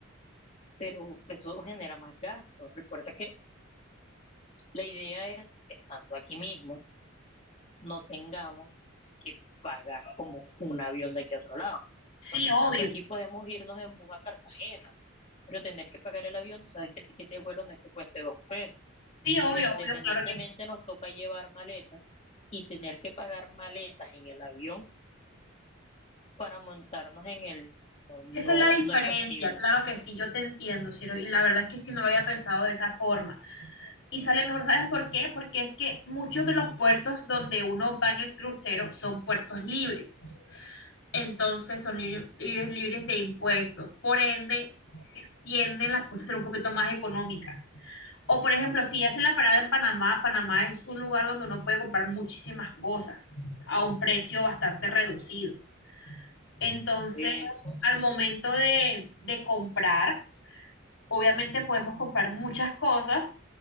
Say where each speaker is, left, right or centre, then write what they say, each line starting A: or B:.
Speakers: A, on the left; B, on the left.
A: Pero eso genera más gastos. Recuerda que La idea es, estando aquí mismo, no tengamos que pagar como un avión de aquí a otro lado,
B: Sí,
A: porque estando
B: obvio,
A: aquí podemos irnos en bus a Cartagena, pero tener que pagar el avión, tú sabes que el tiquete de vuelo no es que cueste dos pesos,
B: sí, obvio,
A: e independientemente
B: obvio, claro que sí.
A: nos toca llevar maletas y tener que pagar maletas en el avión para montarnos en el, no, no,
B: Esa es la diferencia,
A: no es factible
B: claro que sí, yo te entiendo, Ciro, y la verdad es que sí no lo había pensado de esa forma. Y sale mejor, ¿sabes por qué? Porque es que muchos de los puertos donde uno va en el crucero son puertos libres. entonces son libres, libres, libres de impuestos. Por ende, tienden las cosas a ser un poquito más económicas. O por ejemplo, si hacen la parada en Panamá, Panamá es un lugar donde uno puede comprar muchísimas cosas a un precio bastante reducido. Entonces,
A: eso.
B: al momento de, de comprar, obviamente podemos comprar muchas cosas